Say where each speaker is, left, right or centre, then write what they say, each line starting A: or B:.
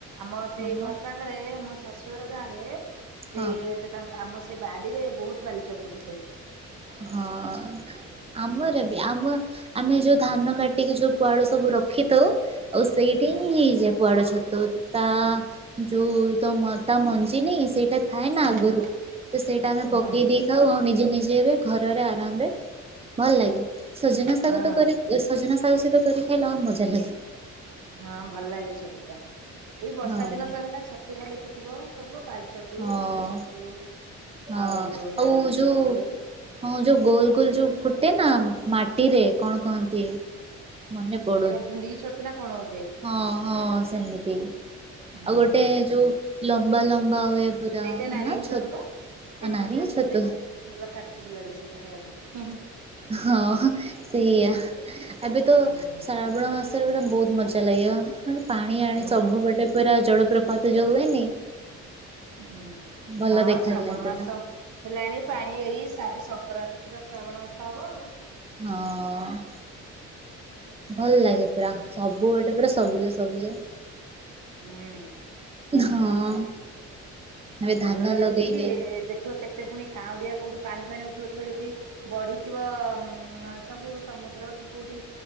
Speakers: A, on the right (about 75°); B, on the right (about 20°).
A: ଆମ ସେଇ
B: ହଁ
A: ଘର ପାଖରେ ମୋ ଶାଶୁ ଘର ଗାଁରେ ସେଇ
B: ହଁ।
A: ଟି ତାଙ୍କ ଆମ ସେ ବାଡିରେ ବହୁତ୍ ବାଲି ଛତୁ ଫୁଟେ।
B: ହଁ ଆମର
A: ହୁଁ
B: ବି ଆମ ଆମେ ଯୋଉ ଧାନ କାଟିକି ଯୋଉ ପୁଆଳ ସବୁ ରଖିଥାଉ ଆଉ ସେଇଠି
A: ହୁଁ
B: ହିଁ ଯାପ କୁଆଡ ଛତୁ ତା ଯୋଉ ତ ମ ତା ମଞ୍ଜିି ନାଇଁ ସେଇଟା ଥାଏ ନା
A: ହୁଁ
B: ଆଗରୁ ତ ସେଇଟା ଆମେ
A: ହୁଁ।
B: ପକେଇ ଦେଇଥାଉ ଆଉ ନିଜେ ନିଜେ ରେ ଘରର ଆରାମରେ ଭଲ ଲାଗେ ସଜନା ଶାଗ
A: ହଁ
B: ତ କରି ଏ ସଜନା ଶାଗ ସହିତ କରି ଖାଇଲେ ଆଉ ମଜା ଲାଗେ।
A: ହଁ ଭଲ ଲାଗେ ଛତୁଟା ଏଇ ବର୍ଷା
B: ହଁ
A: ଦିନ ତ ହେଲା ଛତୁ ଖାଲି ଫୁଟିବ ସବୁ ପାଲି ଛତ୍ ତୁ
B: ହଁ
A: କୁଟା ଛତୁ
B: ହଁ
A: ଆଉ ଯୋଉ ନାରିଙ୍ଗ୍
B: ଆଉ ଯୋଉ
A: ଛତୁ।
B: ହଁ ଯୋଉ ଗୋଲ ଗୋଲ ଯୋଉ ଫୁଟେ ନା ମାଟିରେ କଣ କହନ୍ତି? ମାନେ ବ
A: ଏଇଟା ଭୁଣ୍ଡିି କି ଛତୁ ନା କ? କଣ ଗୋଟେ
B: ହଁ ହଁ ସେମିତି
A: ହୁଁ
B: ଆଉ ଗୋଟେ ଯୋଉ ଲମ୍ବା ଲମ୍ବା ହୁଏ ପୁରା
A: ସେଇଟା ନାରୀଙ୍ଗ୍
B: ନା ଛ
A: ଛତୁ ବା? ସେଇ ଛତୁଟା
B: ନାରିଙ୍ଗି
A: ବି
B: ଛତୁ
A: ଭଲ ଲାଗେ ଭଲ କାଟକୁଟ ଲାଗେ ସେଇଟା ଖାଇବା ପାଇଁ
B: ହଁ ହଁ ଏଇଆ ଏବେ ତ
A: ହୁଁ
B: ଶ୍ରାବଣ ମାସରେ ପୁରା ବହୁତ ମଜ ମଜା ଲାଗିବ ମାନେ ପାଣି ଆଣି
A: ହୁଁ
B: ସବୁ ଗୋଟେ ପୁରା ଜଳପ୍ରପାତ ଯୋଉ ହୁଏନି?
A: ହୁଁ
B: ଭଲ
A: ହଁ
B: ଦେଖାଯାଏ
A: ଶ୍ରାବଣ
B: ପୁରା
A: ମାସ। ହେଲାଣି ପାଣି ଏଇ ସା ସଂକ୍ରାନ୍ତି ସୁଧା ଶ୍ରାବଣ ମାସ ହବ ଆଉ
B: ହ ଅ। ଭଲ ଲାଗେ ପୁରା ସବୁ ଗୋଟେ ପୁରା ସବୁଜ ସବୁଜ।
A: ହୁଁଉ ହୁଁ
B: ହଁ ଏବେ
A: ଭଲ
B: ଧାନ
A: ଲାଗେ
B: ଲଗେଇବେ
A: ଯେତିକି ଦେଖିବ କେତେ ଏତେ ପୁଣି କାଉଁରିଆ କୋଉଠୁ ପାଣି ଫାଣି ଉଠୋଉଥିବେ ଯଦି ବଢିଥିବ ଉଁ ସବୁ ସମୁଦ୍ର କି କୋଉଠି